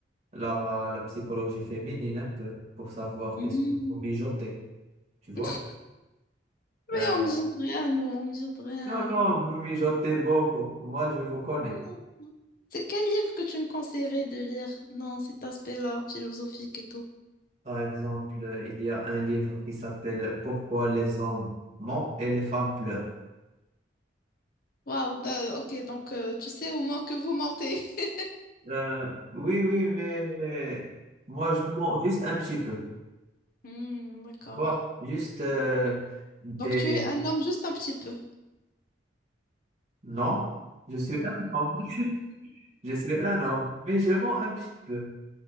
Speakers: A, on the right (about 35°); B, on the left (about 50°).
A: la, la psychologie féminine un peu, pour savoir
B: Hmm.
A: qu'est-ce qu'il faut mijoter, tu vois.
B: <laughs> Mais
A: Euh,
B: on me jette rien, nous, on me jette rien.
A: non, non, vous mijotez beaucoup, moi je vous connais.
B: Oh non. C'est quel livre que tu me conseillerais de lire dans cet aspect-là, philosophique et tout?
A: Par exemple, euh, il y a un livre qui s'appelle Pourquoi les hommes mentent et les femmes pleurent.
B: Waouh, da- ok, donc euh, tu sais au moins que vous mentez. <laughs>
A: Euh, oui, oui, mais moi je mens juste un petit peu,
B: Hmm, d'accord.
A: tu vois, juste euh,
B: Ok.
A: des...
B: Donc tu es un homme juste un petit peu.
A: Non, je suis un homme, <laughs> je suis un homme, mais je mens un petit peu.